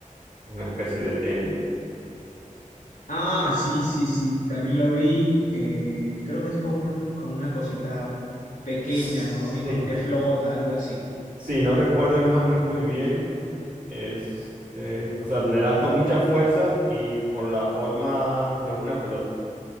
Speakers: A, on the right; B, on the left.
A: una especie de tenis.
B: Ah,
A: Que...
B: sí, sí, sí. También lo vi. eh, creo que es con una, con una cosita pequeña,
A: <laughs>
B: ¿no? Y
A: Sí,
B: como que flota, algo así.
A: sí, no recuerdo el nombre muy bien. Es, eh, o sea, le das con mucha fuerza y por la forma, no es una pelota,